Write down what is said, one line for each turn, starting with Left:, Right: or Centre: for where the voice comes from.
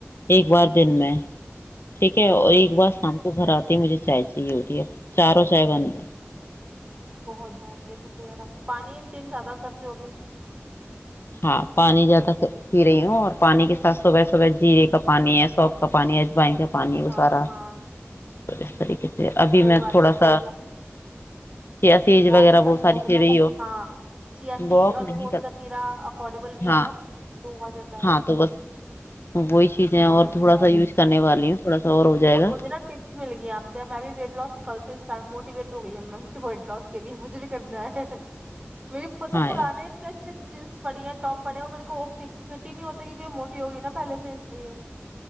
Left: ایک بار
Right: جی
Left: دن میں ٹھیک ہے اور
Right: ہاں
Left: ایک بار شام کو گھر آتا مجھے چائے چاہیے ہوتی ہے اب چاروں چائے بنتے
Right: بہت بہت یہ پھر تو یارا آ پانی ان ٹیک زیادہ کرتے ہو گے
Left: ہاں پانی زیادہ پی رہی ہوں اور پانی کے ساتھ صبح صبح جیرے کا پانی ہے سوف کا پانی ہے اجوائن کا پانی ہے وہ
Right: ہاں
Left: سارا
Right: ہاں <unintelligible>
Left: تو اس طریقے سے ابھی
Right: صحی
Left: میں
Right: بات
Left: تھوڑا
Right: ہے
Left: سا چیا سیج
Right: واک
Left: وغیرہ
Right: بھی کرتے
Left: وہ ساری
Right: ہو گے
Left: چیزیں
Right: لائک
Left: ہی ہو
Right: ہاں چیا سٹ
Left: واک
Right: اور
Left: نہیں
Right: گند
Left: کر
Right: گتییرا افورڈیبل بھی
Left: ہاں
Right: ہے نا تو ہوا جاتا
Left: ہاں
Right: ہے
Left: تو بس وہی
Right: یہ
Left: چیز ہے
Right: بہت
Left: اور
Right: اچھی
Left: تھوڑا
Right: بات
Left: سا یوز
Right: ہے
Left: کرنے والی ہوں تھوڑا سا ہو جائے
Right: اور
Left: گا
Right: مجھے نا ٹپس مل گی آپ سے اب میں بھی ویٹ لاس کر موٹیویٹ ہو گئی موٹ لس کے لیے مجھے بھی کرنا ہے میری مطلب
Left: ہاں
Right: پرانے
Left: یار
Right: اتنے اچھے جینس پڑی ہیں ٹاپ پڑے ہیں میرے کو فٹ ہی نہیں ہوتا کیونکہ موٹی ہوگئی نا پہلے سے اس لیے